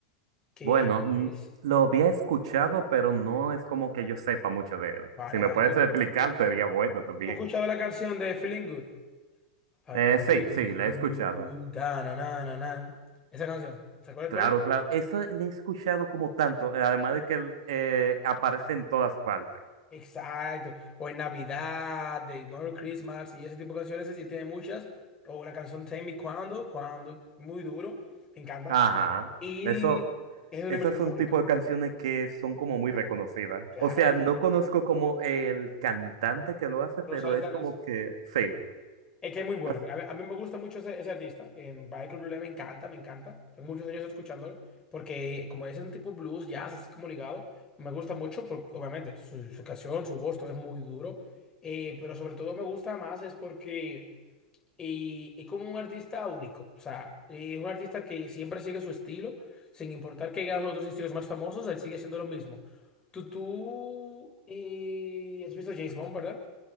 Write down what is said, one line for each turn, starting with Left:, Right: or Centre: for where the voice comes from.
Left: que
Right: Bueno, mm,
Left: es...
Right: lo había escuchado, pero no es como que yo sepa mucho de él.
Left: Vale,
Right: Si me
Left: vale,
Right: puedes
Left: ¿tú,
Right: explicar, sería bueno también.
Left: tú has escuchado la canción de Feeling Good? I'm
Right: Eh, sí,
Left: feeling
Right: sí,
Left: good,
Right: la he escuchado.
Left: da, na, na, na, na. Esa canción, ¿se acuerdas
Right: Claro,
Left: cuál es?
Right: claro. Eso le he escuchado como tanto, eh, además de que él, eh, aparece en todas partes.
Left: Exacto, o en Navidad, de Merry Christmas y ese tipo de canciones, es decir, tiene muchas, o la canción Tell Me Cuando, Cuando, muy duro, me encanta,
Right: Ajá.
Left: y
Right: Eso,
Left: el- es de
Right: esas
Left: mi artista
Right: son
Left: favorito,
Right: tipo de canciones que son como muy reconocidas.
Left: claro,
Right: O sea,
Left: mi hermano,
Right: no conozco como el cantante que lo hace,
Left: Rosario
Right: pero es
Left: es la canción.
Right: como que sí.
Left: Es que es muy bueno.
Right: Ah,
Left: A mí, a mí me gusta mucho ese, ese artista. Eh, Michael Bublé me encanta, me encanta. Tengo muchos años escuchándolo. Porque como es un tipo blues, jazz, así como ligado, me gusta mucho. Porque, obviamente, su, su canción, su voz, todo es muy duro. Eh, pero sobre todo me gusta más es porque eh, es como un artista único. O sea, eh, es un artista que siempre sigue su estilo. Sin importar que haya los otros estilos más famosos, él sigue siendo lo mismo. Tú, tú eh, has visto James Bond, ¿verdad?